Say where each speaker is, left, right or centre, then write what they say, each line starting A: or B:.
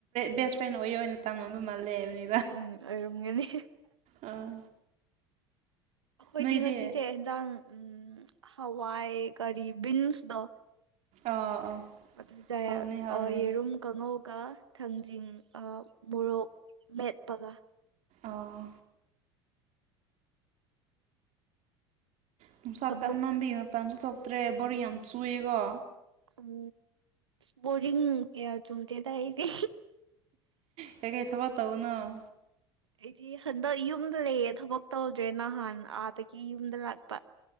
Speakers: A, on the right; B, on the right.
A: ꯕꯦꯁ ꯐ꯭ꯔꯦꯟ ꯑꯣꯏꯌ ꯑꯣꯏꯅ ꯇꯝꯅꯕ ꯃꯥꯜꯂꯦꯕꯅꯤ
B: ꯎꯝ ꯑꯣꯏꯔꯝꯒꯅꯤ
A: ꯑꯥ
B: ꯑꯩꯈꯣꯏꯗꯤ
A: ꯅꯣꯏꯗꯤ
B: ꯉꯁꯤꯁꯦ ꯌꯦꯟꯖꯥꯡ ꯎꯝ ꯍꯋꯥꯏ ꯀꯔꯤ ꯕꯤꯟꯁꯇꯣ
A: ꯑꯥ ꯑꯥ
B: ꯑꯗꯨꯗ
A: ꯍꯧꯅꯤ ꯍꯧꯅꯤ
B: ꯌꯦꯔꯨꯝ ꯀꯥꯡꯉꯧꯒ ꯊꯥꯡꯖꯤꯡ ꯃꯣꯔꯣꯛ ꯃꯦꯠꯄꯒ
A: ꯑꯥ ꯅꯨꯡꯁꯥꯥ
B: ꯊꯕꯛ
A: ꯀꯟꯃꯟꯕꯒꯤ ꯃꯄꯥꯟꯁꯨ ꯊꫭꯛꯇ꯭ꯔꯦ ꯕꯣꯔꯤꯡ ꯌꯥꯝ ꯆꯨꯌꯦꯀꯣ
B: ꯎꯝ ꯕꯣꯔꯤꯡ ꯀꯌꯥ ꯆꯨꯗꯦꯗ ꯑꯩꯗꯤ
A: ꯀꯩ ꯀꯩ ꯊꯕꯛ ꯇꯧꯕꯅꫭ
B: ꯑꯩꯗꯤ ꯍꯟꯗꯛ ꯌꯨꯝꯗ ꯂꯩꯌꯦ ꯊꯕꯛ ꯇꯧꯗ꯭ꯔꯦ ꯅꯍꯥꯟ ꯑꯥꯗꯒꯤ ꯌꯨꯝꯗ ꯂꯥꯛꯄ